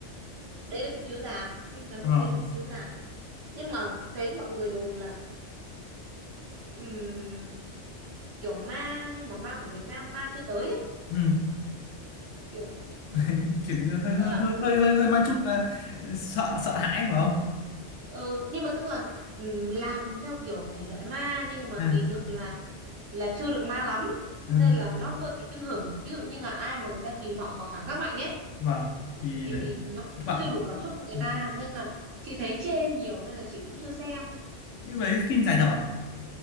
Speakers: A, on the right; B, on the left.
A: đấy là phim chiếu rạp phim Thám
B: Ờ.
A: Tử Kiên là phim chiếu rạp nhưng mà thấy mọi người đồn là ừm, kiểu ma nhưng mà ma của Việt Nam ma chưa tới ấy.
B: ừ.
A: kiểu ừm,
B: <laughs> kiểu như hơi hơi
A: tức là
B: hơi
A: nó,
B: hơi hơi hơi mang chút ờ, sợ sợ hãi phải không
A: ừ, nhưng mà tức là ừm, làm theo kiểu thể loại ma nhưng mà
B: ừ.
A: kỳ thực là là chưa được ma lắm
B: ừ.
A: nên là nó hơi bị chưng hửng ví dụ như là ai mà người ta kỳ vọng vào cảm giác mạnh ấy
B: Vâng. thì
A: thì
B: lại
A: nó
B: thất
A: nó
B: vọng
A: chưa đủ cảm xúc cho người
B: ừ.
A: ta nên là chị thấy chê nhiều nên là chị cũng chưa xem
B: nhưng đấy phim dài tập à